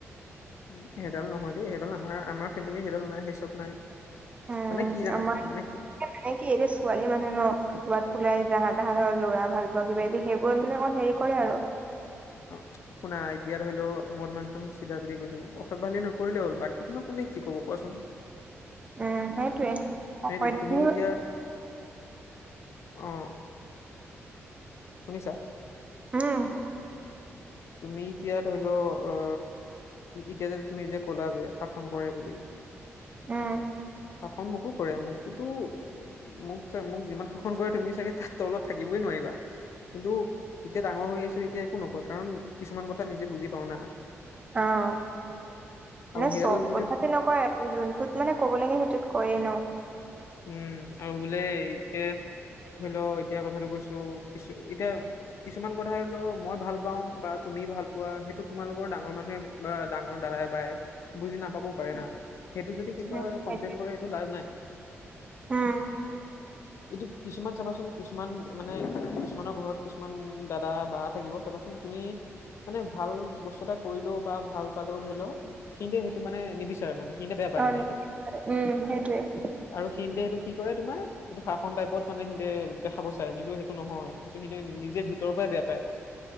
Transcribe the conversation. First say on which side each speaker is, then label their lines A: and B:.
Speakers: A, on the left; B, on the right.
A: উম সেইডাল নহয় দেই সেইডাল আমাৰ আমাৰ ফেমিলি সেইডাল নাই সেই চব নাই।
B: উম
A: মানে কি জানা,
B: আমাৰ
A: মানে কি।
B: মানে কি এতিয়া ছোৱালী মানুহ ন। ক'ৰবাত ওলাই যাহা তাহা ধৰ লৰা ভাল পোৱা কিবা কিবি সেইবোৰত মানে অকণমান হেৰি কৰে আৰু।
A: অ'। শুনা, এতিয়া ধৰি লওঁ মই এতিয়া তোমাক একদম চিধাচিধি কৈছোঁ অসভ্যালি নকৰিলেই হ'ল বাকী তোমাক কোনে কি ক'ব কোৱাচোন।
B: উম সেইটোৱে সকলোবোৰ
A: সেইটোৱেই তুমি এতিয়া অ' শুনিছা
B: উম
A: তুমি এতিয়া ধৰি লও অ এতিয়া যে তুমি যে ক'লা যে শাসন কৰে বুলি
B: উম
A: খং মোকো কৰে মোকতোটো মোক চাই মোক যিমান শাসন কৰে তুমি চাগে তাৰ তলত থাকিবই নোৱাৰিবা কিন্তু এতিয়া ডাঙৰ হৈ আহিছো এতিয়া একো নকয়, কাৰণ কিছুমান কথা নিজে বুজি পাও না
B: অ'
A: আৰু
B: নে
A: সেইডাল
B: চব
A: যদি
B: কথাতে ন কয়, আৰু যোনটোত মানে ক'ব লাগে সেইটোত কৈয়েই ন
A: উম আৰু বোলে এই কে ধৰি লও এতিয়া কথাটো কৈছো, কিছু এতিয়া কিছুমান কথাতে তও মই ভাল পাও বা তুমি ভাল পোৱা সেইটো তোমালোকৰ ডাঙৰ মানুহে বা ডাঙৰ দাদাই বায়ে বুজি নাপাবও পাৰে না সেইটো যদি
B: উম
A: কিবা
B: উম সেইটোৱে
A: কমপ্লেইন কৰে সেইটো লাভ নাই
B: উম
A: এইটো কিছুমান চাবাচোন, কিছুমান মানে কিছুমানৰ ঘৰত কিছুমান দাদা বা থাকিব চাবাচোন তুমি মানে ভাল বস্তু এটা কৰিলেও বা ভাল পালেও ধৰি লও সিহঁতে সেইটো মানে নিবিচাৰে মানে সিহঁতে বেয়া পায়
B: অ'
A: মানে সেইটো
B: উম সেইটোৱেই
A: আৰু সিহঁতে সেইটো কি কৰে তোমাৰ এইটো শাসন টাইপত মানে সিহঁতে দেখাব চায়, কিন্তু সেইটো নহয় সেইটো সিহঁতে নিজে ভিতৰৰ পৰাই বেয়া পায়